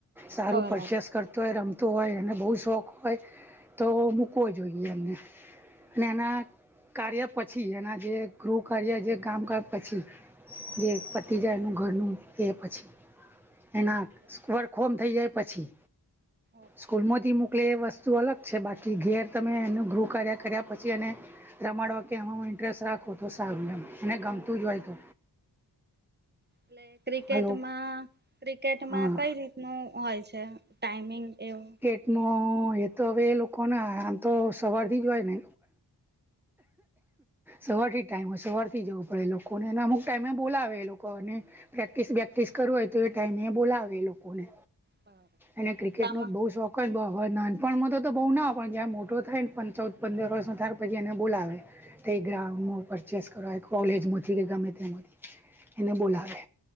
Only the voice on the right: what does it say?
બરાબર
ઓકે
ઓકે
એટલે ક્રિકેટમાં
ક્રિકેટમાં
કઈ રીતનું હોય છે? ટાઈઇમિંગ એવું
બરાબર
તમા